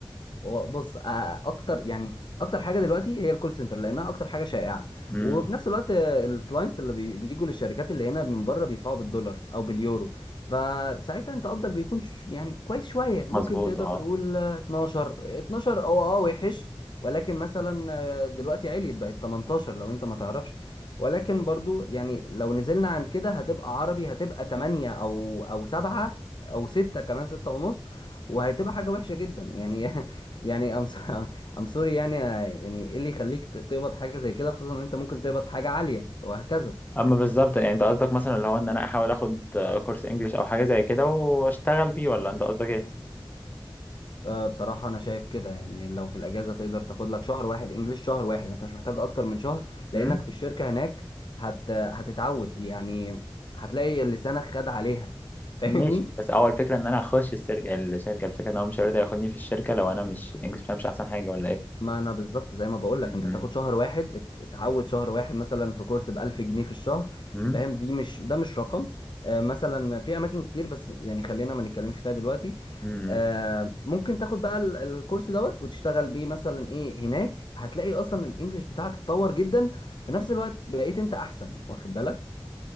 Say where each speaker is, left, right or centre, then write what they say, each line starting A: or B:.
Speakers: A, on the left (about 55°); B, on the left (about 20°).
A: هو بص آه، اكتر يعني اكتر حاجه دلوقتي هي الكول سنتر لانها اكتر حاجه شائعه
B: امم
A: وفي نفس الوقت الكلاينتس اللي بي- بيجوا للشركات اللي هنا من بره بيدفعوا بالدولار او باليورو فساعتها انت قبضك بيكون ش- يعني كويس شويه ممكن
B: مظبوط
A: تقدر
B: اه
A: تقول آه، 12 12 او اه وحش ولكن مثلا آه، دلوقتي عليت بقت 18 لو انت ما تعرفش ولكن برضو يعني لو نزلنا عن كده هتبقى عربي هتبقى 8 او او 7 او 6 كمان 6 ونص وهتبقى حاجة وحشة جدا يعني <laughs> يعني ام ام سوري <laughs> يعني يعني ايه اللي يخليك ت- تقبض حاجه زي كده خصوصا ان انت ممكن تقبض حاجه عاليه وهكذا
B: اما بالظبط يعني انت قصدك مثلا اللي هو ان انا احاول اخد آه، كورس انجليش او حاجه زي كده واشتغل بيه ولا انت قصدك ايه
A: أه بصراحه انا شايف كده يعني لو في الاجازه تقدر تاخد لك شهر واحد انجليش شهر واحد انت مش محتاج اكتر من شهر لانك
B: امم
A: في الشركه هناك هت هتتعود يعني هتلاقي لسانك خد عليها <laughs> فاهمني
B: ماشي بس اول فكره ان انا اخش الشركه الشركه الفكره ان هو مش هيرضى ياخدني في الشركه لو انا مش الانجليش بتاعي مش احسن حاجه ولا ايه
A: ما انا بالظبط زي ما بقول لك
B: امم
A: انت هتاخد شهر واحد ات- اتعود شهر واحد مثلا في كورس ب 1000 جنيه في الشهر
B: امم
A: فاهم دي مش ده مش رقم آه، مثلا في اماكن كتير بس يعني خلينا ما نتكلمش فيها دلوقتي
B: امم
A: آه، ممكن تاخد بقى ال- الكورس دوت وتشتغل بيه مثلا ايه هناك هتلاقي اصلا الانجليش بتاعك اتطور جدا في نفس الوقت بقيت انت احسن واخد بالك